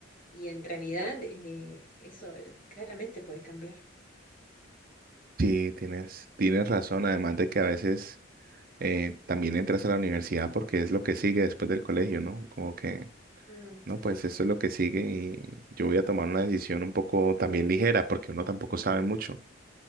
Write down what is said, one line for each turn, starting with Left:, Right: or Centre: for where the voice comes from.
Left: y en realidad eh, eso eh, claramente puede cambiar.
Right: sí, tienes, tienes razón, además de que a veces eh, también entras a la universidad porque es lo que sigue después del colegio, ¿no? Como que,
Left: Mm,
Right: no, pues eso es lo que sigue y yo voy a tomar una decisión un poco también ligera porque uno tampoco sabe mucho.